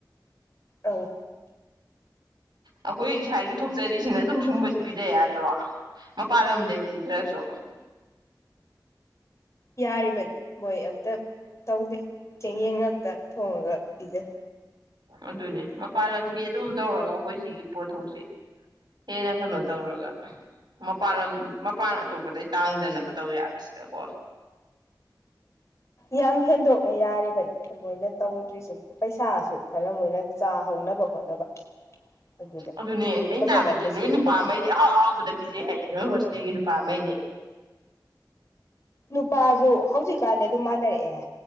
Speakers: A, on the left (about 40°); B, on the right (about 65°).
A: ꯑꯧ꯫
B: ꯑꯩꯈꯣꯏ ꯏꯁꯥꯒꯤ ꯊꯣꯛꯆꯔꯤꯁꯤꯅ ꯑꯗꯨꯝ ꯁꯨꯝꯕꯁꯤ ꯄꯤꯖ ꯌꯥꯗ꯭ꯔꯣ ꯃꯄꯥꯜ ꯂꯝꯗꯩ ꯂꯩꯗ꯭ꯔꯁꯨ꯫ <inaudible>
A: ꯌꯥꯔꯤꯕꯅꯤ ꯃꯣꯏ ꯑꯝꯇ ꯇꯧꯗꯦ ꯌꯦꯟ ꯉꯥꯛꯇ ꯊꯣꯡꯉꯒ ꯄꯤꯖꯩ꯫
B: ꯑꯗꯨꯅꯦ ꯃꯄꯥꯜ ꯂꯝꯒꯤ ꯑꯗꯨꯝ ꯇꯧꯔꯒ ꯑꯩꯈꯣꯏ ꯁꯤꯒꯤ ꯄꯣꯠꯊꯣꯛꯁꯤ ꯍꯦꯟꯅ ꯀꯩꯅꯣ ꯇꯧꯔꯒ ꯃꯄꯥꯜ ꯂꯝ ꯃꯄꯥꯟ ꯑꯇꯣꯞꯄꯗꯩ ꯇꯥꯡꯗꯅꯕ ꯇꯧ ꯌꯥꯕꯁꯤꯗꯀꯣ
A: ꯌꯥꯝ ꯍꯦꯟꯗꯣꯛꯅ ꯌꯥꯔꯤꯕꯅꯤ ꯃꯣꯏꯅ ꯇꯧꯗ꯭ꯔꯤ ꯄꯩꯁꯥꯁꯨ ꯈꯔ ꯃꯣꯏꯅ ꯆꯥ ꯍꯧꯅꯕ ꯍꯣꯠꯅꯕ ꯑꯗꯨꯗ
B: ꯑꯗꯨꯅꯦ ꯑꯩꯅ
A: ꯐꯖꯅ
B: ꯇꯥꯕꯗꯤ
A: ꯑꯝꯇ
B: ꯅꯣꯏ
A: ꯁꯤꯟꯗ꯭ꯔꯦ
B: ꯅꯨꯄꯥ ꯑꯃꯩꯗꯤ ꯑꯍꯥꯎ ꯑꯍꯥꯎꯕꯗ ꯄꯤꯖꯩ ꯍꯥꯏꯌꯦ ꯍꯁꯇꯦꯒꯤ ꯅꯨꯄꯥꯝꯃꯩꯗꯤ
A: ꯅꯨꯄꯥꯁꯨ ꯍꯧꯖꯤꯛꯀꯥꯟꯗꯤ ꯑꯗꯨꯝ ꯃꯥꯟꯅꯔꯛꯑꯦ